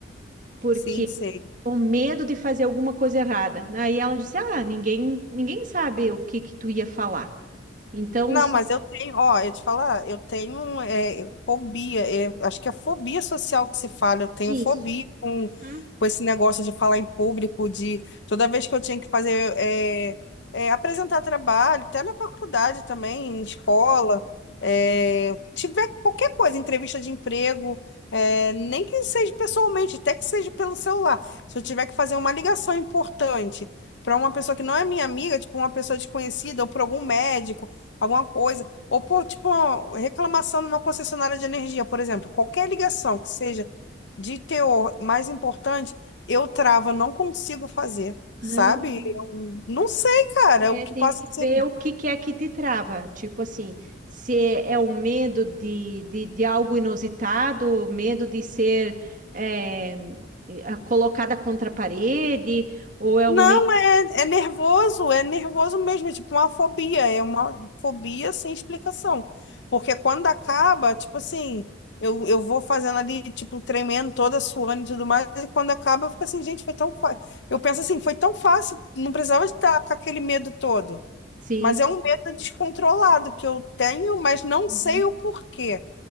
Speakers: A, on the right; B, on the left.
A: Porque
B: Sim, sim.
A: o medo de fazer alguma coisa errada. Aí ela disse: Ah, ninguém, ninguém sabe o que que tu ia falar. Então,
B: Não,
A: se...
B: mas eu tenho, ó, eu te falar, eu tenho é, fobia, é, acho que é fobia social que se fala, eu tenho
A: Isso.
B: fobia com,
A: Uhum.
B: com esse negócio de falar em público, de toda vez que eu tinha que fazer, é, é, apresentar trabalho, até na faculdade também, em escola, é, tiver qualquer coisa, entrevista de emprego, é, nem que seja pessoalmente, até que seja pelo celular, se eu tiver que fazer uma ligação importante. Para uma pessoa que não é minha amiga, tipo uma pessoa desconhecida, ou para algum médico alguma coisa. Ou, pô, tipo, uma reclamação numa concessionária de energia, por exemplo. Qualquer ligação que seja de teor mais importante, eu travo, não consigo fazer, sabe?
A: Uhum.
B: Eu não sei, cara,
A: É,
B: o que
A: tem
B: passa
A: que
B: assim.
A: ver o que que é que te trava. Tipo assim, se é um medo de, de, de algo inusitado, medo de ser é, eh, colocada contra a parede, ou é
B: Não,
A: um medo.
B: é, é nervoso, é nervoso mesmo, é tipo uma fobia, é uma fobia sem explicação. Porque quando acaba, tipo assim, eu, eu vou fazendo ali, tipo, tremendo toda, suando e tudo mais, e quando acaba, eu fico assim, gente, foi tão fácil. Eu penso assim, foi tão fácil, não precisava estar com aquele medo todo.
A: Sim.
B: Mas é um medo descontrolado que eu tenho, mas não
A: Uhum.
B: sei o porquê.